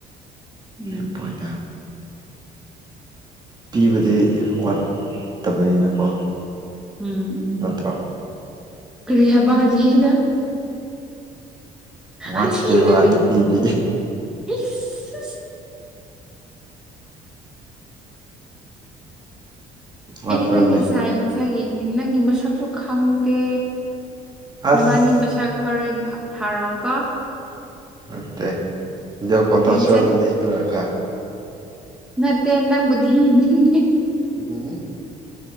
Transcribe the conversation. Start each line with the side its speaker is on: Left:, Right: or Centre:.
Centre: ꯎꯝ
Right: ꯂꯦꯞꯄꯣꯏꯗ ꯄꯤꯕꯗꯤ ꯋꯥꯠꯇꯕꯅꯤꯅꯀꯣ
Centre: ꯎꯝ
Right: ꯅꯠꯇ꯭ꯔꯣ
Centre: ꯀꯔꯤ ꯍꯥꯢꯕꯥ ꯍꯧꯖꯤꯛꯀꯤꯗꯣ
Right: ꯋꯥꯠꯇꯦꯕ
Centre: ꯍꯧꯖꯤꯛꯀꯤꯗꯣ ꯀꯔꯤ
Right: ꯅꯨꯄꯤꯗꯤ
Centre: ꯏꯁ
Right: ꯋꯥꯠꯄ꯭ꯔꯅꯦ
Centre: ꯑꯩꯗꯤ ꯅꯪꯒꯤ ꯁꯥꯏ ꯃꯁꯛ ꯌꯦꯡꯅꯤꯡꯉꯤ ꯅꯪꯒꯤ ꯃꯁꯛꯁꯨ ꯈꯪꯗꯦ
Right: ꯑꯁ
Centre: ꯅꯕꯥꯅꯤ ꯃꯁꯛ ꯍꯣꯔꯦꯟ ꯊꯥꯔꯛꯑꯣꯀꯣ
Right: ꯅꯠꯇꯦ ꯕꯤꯗꯤꯑꯣ ꯀꯣꯜ
Centre: ꯌꯦꯡꯁꯦ
Right: ꯇꯥꯁꯤꯔꯣ ꯑꯗꯨꯗꯤ ꯁꯤ ꯂꯣꯏꯔꯒ
Centre: ꯅꯠꯇꯦ ꯅꯪꯕꯨ ꯊꯤ ꯊꯤꯅꯤꯡꯉꯦ
Right: ꯎꯝ